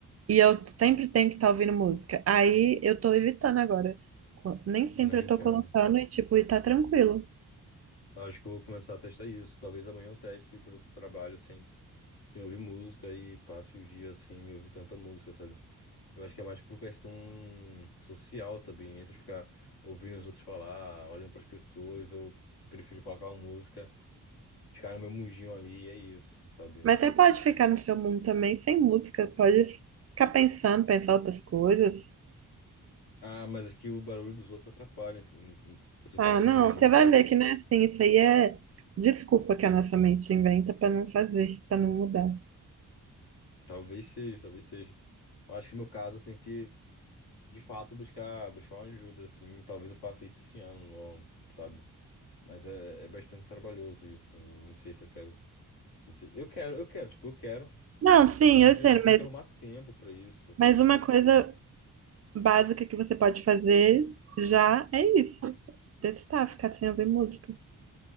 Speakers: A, on the right; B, on the left.
A: e eu sempre tenho que estar ouvindo música, aí eu tô evitando agora, Co- nem sempre
B: Não entendo.
A: eu tô colocando, e tipo, e tá tranquilo,
B: Acho que eu vou começar a testar isso. Talvez amanhã eu teste ir pro trabalho sem, sem ouvir música e passe o dia sem ouvir tanta música, sabe? Eu acho que é mais por questão social também, entre ficar ouvindo os outros falar, olhando pras pessoas, eu prefiro colocar uma música Ficar no meu mundinho ali, é isso, sabe?
A: mas você pode ficar no seu mundo também, sem música, pode ficar pensando, pensar outras coisas,
B: Ah, mas aqui o barulho dos outros atrapalha em- em você ficar
A: Ah,
B: no seu
A: não,
B: mundinho,
A: você vai
B: sabe?
A: ver que não é assim. Isso aí é desculpa que a nossa mente inventa para não fazer, para não mudar.
B: Talvez seja, talvez seja. Eu acho que no meu caso eu tenho que, de fato, buscar, buscar uma ajuda, assim. Talvez eu faça isso esse ano, ó, sabe? Mas é, é bastante trabalhoso isso. e Não sei se eu quero. Não sei. Eu quero, eu quero, tipo, eu quero,
A: Não, sim,
B: mas
A: eu sei,
B: eu tenho
A: mas,
B: que arrumar tempo pra isso, sabe?
A: mas uma
B: Tipo,
A: coisa básica que você pode fazer já é isso. Testar, ficar sem ouvir música.